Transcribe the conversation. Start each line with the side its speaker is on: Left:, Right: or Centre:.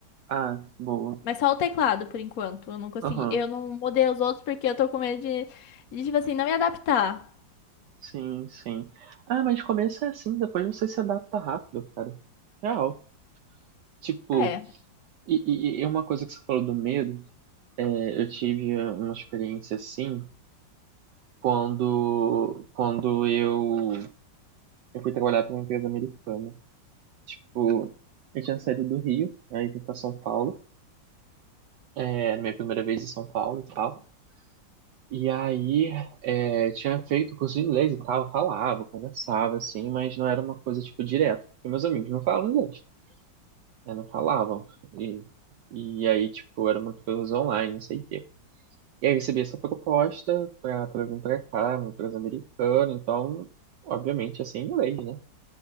Right: Ah, boa.
Left: Mas só o teclado, por enquanto. Eu não consegui.
Right: Aham.
Left: Eu não mudei os outros porque eu tô com medo de, de tipo assim, não me adaptar.
Right: Sim, sim. Ah, mas começa assim, depois você se adapta rápido, cara. Real. Tipo,
Left: É.
Right: e, e, e uma coisa que você falou do medo, é, eu tive uma experiência assim quando, quando eu, eu fui trabalhar para uma empresa americana. Tipo, eu tinha saído do Rio, aí vim pra São Paulo. É, minha primeira vez em São Paulo e tal. E aí, é, eu tinha feito curso de inglês e tal, eu falava, conversava, assim, mas não era uma coisa, tipo, direta, porque meus amigos não falam inglês, né, não falavam. E, e aí, tipo, era uma coisa online, não sei o quê. E aí, eu recebi essa proposta pra, pra vir pra cá, uma empresa americana, então, obviamente, ia ser em inglês, né?